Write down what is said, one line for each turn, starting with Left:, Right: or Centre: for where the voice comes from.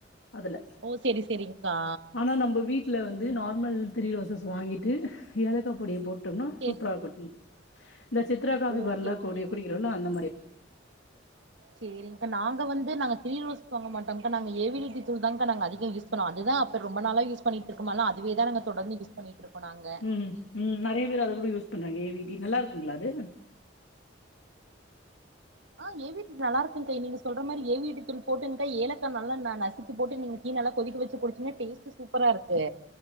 Left: அதுல
Right: ஓ செரி செரி்ங்க்கா
Left: ஆனா நம்ப வீட்டுல வந்து நார்மல் த்ரீ ரோசஸ் வாங்கிட்டு ஏலக்கா பொடியை போட் டுனா
Right: செரி
Left: சூப்பரா இருக்கு டீ இந்த சித்ரா காபி
Right: ஓகே
Left: பார்ல
Right: ஓகேங்
Left: குடி குடிக்குறல்ல அந்த மாரியே
Right: சேரிங்க்கா நாங்க வந்து நாங்க த்ரீ ரோஸ் வாங்க மாட்டோங்க்கா நாங்க ஏவிடி டீத் தூளுதாங்க்கா நாங்க அதிகோ யூஸ் பண்ணுவோ அதுதா அப்ப ரொம்ப நாளா யூஸ் பண்ணிட்டு இருக்கமாலா அதுவே தா நாங்க தொடர்ந்து யூஸ் பண்ணிட்டு இருக்கோ நாங்க
Left: ம் ம் நறையா பேரு அத கூட யூஸ் பண்ணுறாங்க ஏ வி டி நல்லா இருக்குங்களா அது
Right: ஆ ஏ வி டி நல்லா இருக்குங்கா நீங்க சொல்ற மாதிரி ஏ வி டி தூள் போட்டுங்க்கா ஏலக்கா நல்லா நா நசு க்கிபோட்டு நீங்க டீ நல்லா கொதிக்க வச்சு குடிச்சீங்கன்னா டேஸ்ட்டு சூப்பரா இருக்கு